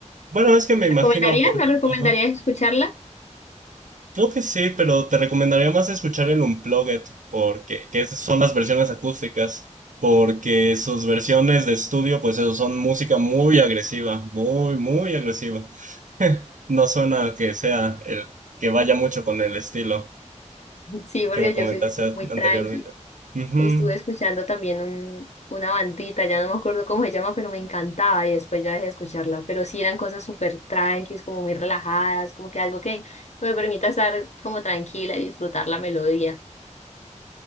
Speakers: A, on the right; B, on the left.
A: Bueno, es que
B: ¿La
A: me imagino
B: ¿Recomendarías?
A: por...
B: ¿Me recomendarías
A: ajá.
B: escucharla?
A: Creo que sí, pero te recomendaría más escuchar el Unplugged, porque que esas son las versiones acústicas, porque sus versiones de estudio, pues eso, son música muy agresiva, muy, muy agresiva. No suena que sea el que vaya mucho con el estilo
B: Sí, porque
A: que me comentaste
B: yo soy muy tranqui.
A: anteriormente. Ujú,
B: Estuve escuchando también un, una bandita, ya no me acuerdo cómo se llama, pero me encantaba y después ya dejé de escucharla. Pero sí eran cosas súper tranquis, como muy relajadas, como que algo que, me permita estar como tranquila y disfrutar la melodía.